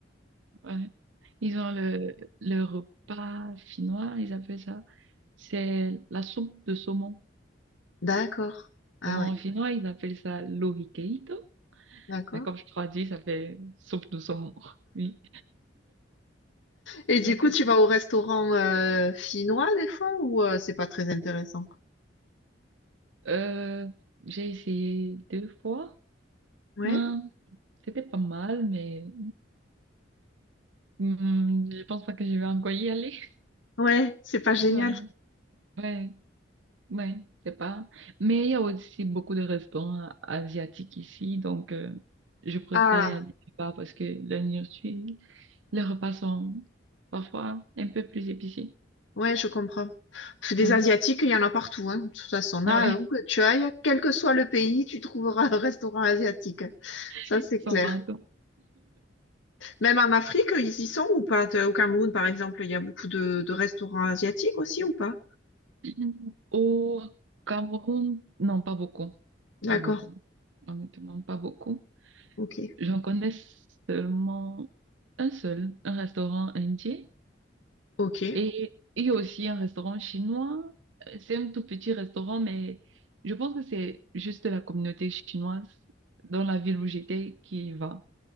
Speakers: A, on the right; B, on the left.
A: Ouais. Ils ont le, le repas finnois, ils appellent ça. C'est la soupe de saumon.
B: D'accord. Ah
A: Bon, en
B: ouais.
A: finnois, ils appellent ça lohikeito.
B: D'accord.
A: Mais comme je traduis, ça fait soupe de saumon. <laughs> Oui.
B: Et du
A: Ouais,
B: coup,
A: c'est
B: tu vas
A: ça.
B: au restaurant euh, finnois des fois ou euh, c'est pas très intéressant?
A: Euh, j'ai essayé deux fois.
B: Ouais.
A: Hum, c'était pas mal, mais hum, je pense pas que je vais encore y aller. <laughs>
B: Ouais, c'est pas génial.
A: Ouais. Ouais. Oui, c'est pas. Mais il y a aussi beaucoup de restaurants asiatiques ici, donc euh, je préfère
B: Ah,
A: aller là-bas parce que la nourriture, les repas sont parfois un peu plus épicés.
B: ouais, je comprends. Parce que des
A: Oui,
B: Asiatiques, il y en a partout, hein. De toute façon, là,
A: oui,
B: euh, où que tu ailles, quel que soit le pays, tu trouveras un restaurant asiatique. Ça,
A: <laughs>
B: c'est
A: sans
B: clair.
A: pardon.
B: Même en Afrique, ils y sont ou pas? T'es- Au Cameroun, par exemple, il y a beaucoup de, de restaurants asiatiques aussi ou pas?
A: <laughs> Au Cameroun, non, pas beaucoup.
B: D'accord.
A: Pas beaucoup. Honnêtement, pas beaucoup.
B: Ok.
A: J'en connais seulement un seul, un restaurant indien.
B: Ok.
A: Et il y a aussi un restaurant chinois. Euh, C'est un tout petit restaurant, mais je pense que c'est juste la communauté chinoise dans la ville où j'étais qui y va.